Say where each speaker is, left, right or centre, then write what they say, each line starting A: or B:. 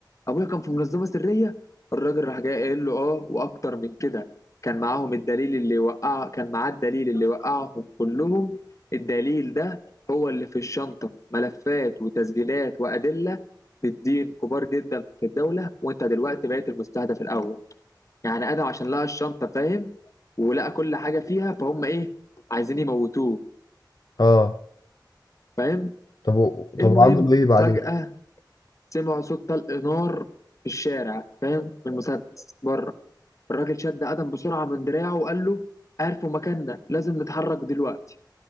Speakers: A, on the left; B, on the left.
A: ابويا كان في منظمه سريه الراجل راح جاي قايل له اه واكتر من كده كان معاهم الدليل اللي وقع كان معاه الدليل اللي وقعهم كلهم الدليل ده هو اللي في الشنطه ملفات وتسجيلات وادله بالدين كبار جدا في الدوله وانت دلوقتي بقيت المستهدف الاول يعني ادم عشان لقى الشنطه فاهم ولقى كل حاجه فيها فهم ايه عايزين يموتوه
B: اه
A: فاهم
B: طب و...
A: المهم
B: طب وعملوا ايه بعدين
A: فجاه سمعوا صوت طلق نار في الشارع فاهم بالمسدس بره الراجل شد ادم بسرعه من دراعه وقال له عرفوا مكاننا لازم نتحرك دلوقتي